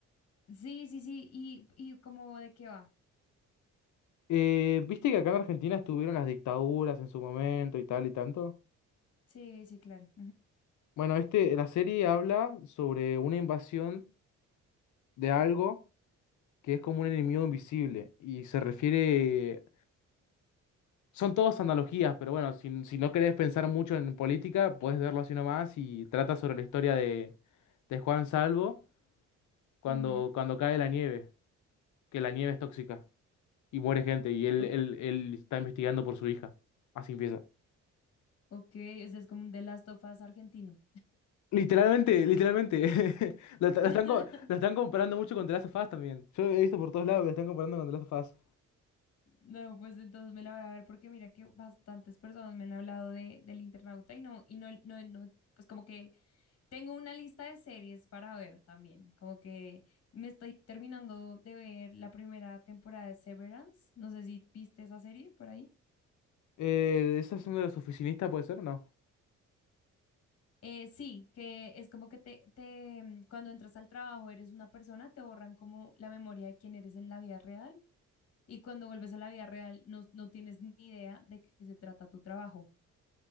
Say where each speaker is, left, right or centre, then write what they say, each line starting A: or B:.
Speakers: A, on the left (about 55°); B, on the left (about 70°).
A: sí, sí, sí, y, y como de qué va.
B: Eh, ¿viste que acá en Argentina estuvieron las dictaduras en su momento y tal y tanto?
A: Sí, sí, claro.
B: Bueno, este, la serie habla sobre una invasión de algo que es como un enemigo invisible y se refiere... Son todas analogías, pero bueno, si, si no querés pensar mucho en política, puedes verlo así nomás y trata sobre la historia de, de Juan Salvo cuando,
A: Ujú,
B: cuando cae la nieve, que la nieve es tóxica y muere gente y él,
A: ujú.
B: él, él está investigando por su hija. Así empieza.
A: Ok, o sea, es como un The Last of Us argentino.
B: Literalmente, literalmente. <laughs> Lo, lo
A: <laughs>
B: están, co- lo están comparando mucho con The Last of Us también. Yo he visto por todos lados que lo están comparando con The Last of Us.
A: No, pues entonces me la voy a ver porque mira que bastantes personas me han hablado de, del Internauta y no, y no, no, no, pues como que tengo una lista de series para ver también, como que me estoy terminando de ver la primera temporada de Severance, no sé si viste esa serie por ahí.
B: Eh, ¿esa es una de las oficinistas, puede ser? No.
A: Eh, sí, que es como que te, te, mm, cuando entras al trabajo eres una persona, te borran como la memoria de quién eres en la vida real Y cuando vuelves a la vida real, no, no tienes ni idea de qué se trata tu trabajo.